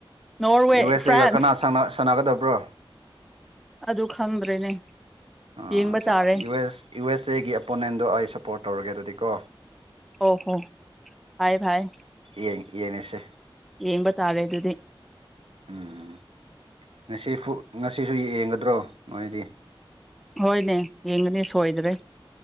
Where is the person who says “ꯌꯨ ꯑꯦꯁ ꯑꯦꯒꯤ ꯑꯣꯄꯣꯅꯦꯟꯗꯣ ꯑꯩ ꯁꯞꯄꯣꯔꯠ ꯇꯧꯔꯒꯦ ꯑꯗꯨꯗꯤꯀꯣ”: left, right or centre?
Right